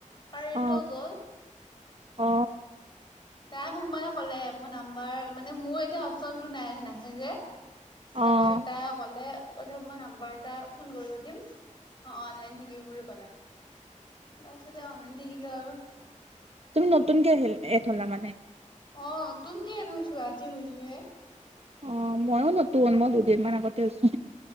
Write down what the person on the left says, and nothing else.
কাৰেণ্টো
গ'ল।
নাই মোক মানে ক'লে মোৰ নাম্বাৰ মানে মোৰ এতিয়া অপশচনতটো নাই নাহে যে
তাৰ পিছত তাই ক'লে ক মই নাম্বাৰ এটা ফোন কৰিব দিম অ অনলাইন থাকিবি বুলি ক'লে - তাৰপিছতে অনলাইন দিলো আৰু
অ নতুনক ধৰিছো আজি হৈছো হে-